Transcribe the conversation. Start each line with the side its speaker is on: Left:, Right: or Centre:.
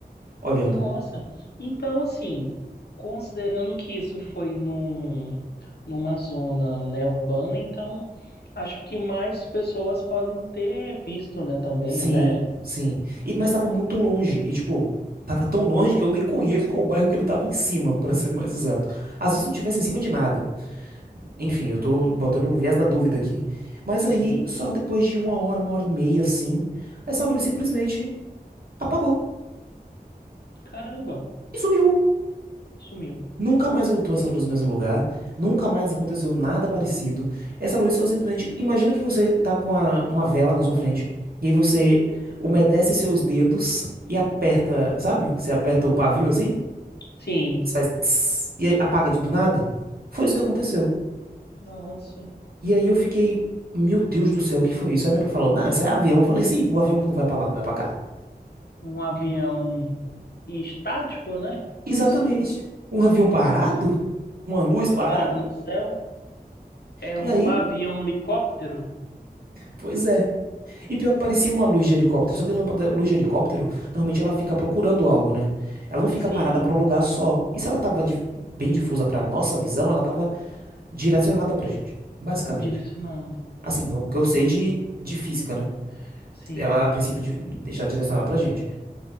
Right: olhando.
Left: nossa. Então, assim, considerando que isso foi num, numa zona, né, urbana, então acho que mais pessoas podem ter visto, né, também,
Right: Sim,
Left: né?
Right: sim. E, mas tava muito longe. E, tipo, tava tão longe que eu nem conheço qual o bairro que ele tava em cima, pra ser mais exato. Às vezes não tivesse em cima de nada. Enfim, eu tô botando o viés da dúvida aqui. Mas
Left: Sim.
Right: aí, só depois de uma hora, uma hora e meia, assim, essa luz simplesmente apagou
Left: Caramba,
Right: e sumiu.
Left: sumiu.
Right: Nunca mais voltou essa luz no mesmo lugar, nunca mais aconteceu nada parecido. Essa luz só simplesmente. Imagina que você tá com a- uma vela na sua frente, e aí você umedece seus dedos e aperta, sabe? Você aperta o pavio assim,
Left: Sim.
Right: você faz tss, e aí apaga de do nada. Foi isso que aconteceu.
Left: Nossa.
Right: E aí eu fiquei, meu Deus do céu, o que foi isso? Aí meu pai falou, não, isso é avião. Eu falei, sim, o avião que não vai pra lá, não vai pra cá?
Left: Um avião estático, né?
Right: Exatamente.
Left: Isso.
Right: Um avião parado?
Left: Nossa.
Right: Uma luz
Left: Avião
Right: parada?
Left: parado no céu. É
Right: E
Left: um
Right: aí,
Left: avião helicóptero?
Right: pois é. E pior que parecia uma luz de helicóptero, só que lâmpada, luz de helicóptero, normalmente ela fica procurando algo, né? Ela não fica
Left: Sim.
Right: parada pra um lugar só. E se ela tava dif- bem difusa pra nossa visão, ela tava direcionada pra gente, basicamente.
Left: direcionando.
Right: Assim, o que eu sei de, de física, né?
Left: Sim,
Right: Ela, a princípio, de deixar direcionada pra gente.